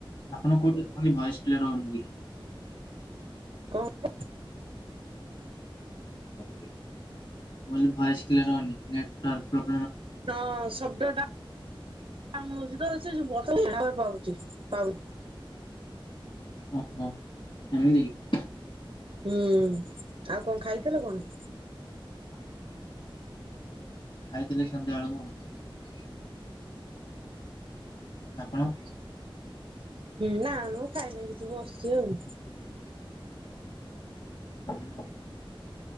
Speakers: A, on the left; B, on the right.
A: ଆପଣ କୋଉଠି ଅଛନ୍ତି ଭୟେସ୍ କ୍ଲିୟର୍ ହୋଉନି ଟିକେ।
B: କଁ <inaudible>
A: ମୁଁ କହିଲି ଭଏସ୍ କ୍ଲିଅର ହୋଉନି ନେଟୱାର୍କ ପ୍ରୋ
B: ହଁ ଶବ୍ଦଟା କାମ ହୋଉଚି ତ ସେ ଯୋଉ ବ ଟାୱାର୍ ପାଉଚି ପାଉ
A: ଓହୋ ଏମତିକି।
B: ହୁଁ ଆଉ କଣ ଖାଇଥିଲ କଣ?
A: ଅନ ଖାଇଥିଲି ସନ୍ଧ୍ୟାବେଳକୁ ଆଉ। ଆପଣ?
B: ହୁଁ ନା ମୁଁ ଖାଇନେଇ କିଛି ବସଚି ଆଉ।
A: ହୁଁ।